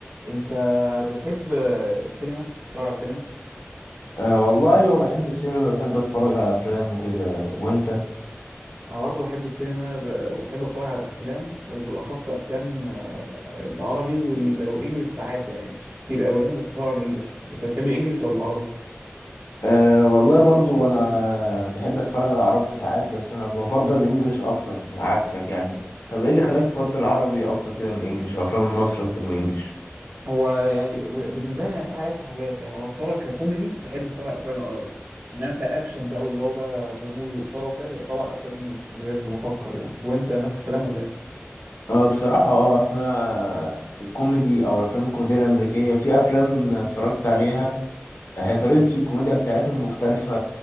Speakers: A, on the right (about 55°); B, on the left (about 85°).
A: انت بتحب السينما بتتفرج على سينما
B: أه والله أيوة بحب السينما بحب أتفرج على أفلام وكده وأنت؟
A: انا برضو بحب السينما ب- وبحب اتفرج على افلام وبالاخص افلام آه، العربي وال- والانجليش ساعات يعني مش كتير قوي يعني بس بتفرج على الانجليش انت بتحب الانجليش ولا العربي
B: أه والله برضو أنا بحب أتفرج على عربي ساعات بس أنا بفضل الإنجليش أكتر عكسك يعني طب إيه اللي
A: مم.
B: خلاك تفضل العربي أكتر كده من الإنجليش أو أفلام المصري أكتر من الإنجليش؟
A: هو يعني ب- بالنسبه لي يعني في حاجات وحاجات يعني لو اتفرج ككوميدي بحب الصراحه الافلام العربي انما كاكشن بقى واللي هو بقى غموض واثاره وكده بقى طبعا افلام انجليش من غير ما افكر يعني وانت نفس الكلام ولا
B: أه بصراحة أه أصل أنا الكوميدي أو الأفلام الكوميدية الأمريكية في أفلام اتفرجت عليها هي طريقة الكوميديا بتاعتهم مختلفة